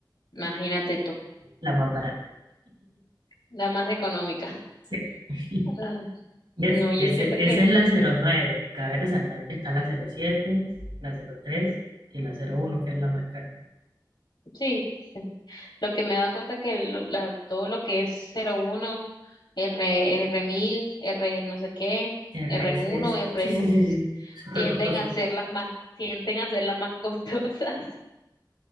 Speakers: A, on the left (about 70°); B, on the right (about 80°).
A: imagínate tú,
B: La más barata.
A: la más económica.
B: Sí. <laughs>
A: Ay,
B: Eso,
A: no, yo
B: ese,
A: siento
B: esa
A: que
B: es la cero nueve Cabe resaltar que está la cero siete la cero tres y la cero uno que es la más cara.
A: sí, lo que me he dado cuenta que lo- la- todo lo que es cero uno R, r mil R no sé qué,
B: RSS.
A: r uno R
B: Sí, sí, sí, sí. Súper
A: tienden
B: costoso.
A: a ser las más, tienden a ser las más costosas. <laughs>